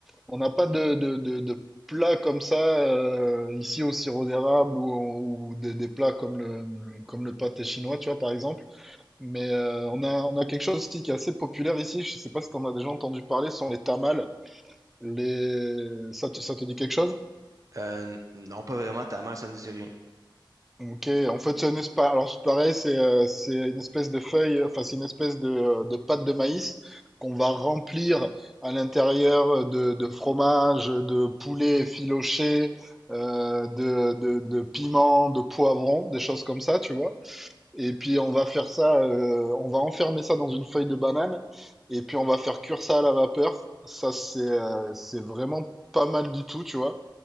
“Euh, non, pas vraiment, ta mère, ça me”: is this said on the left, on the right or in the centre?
Right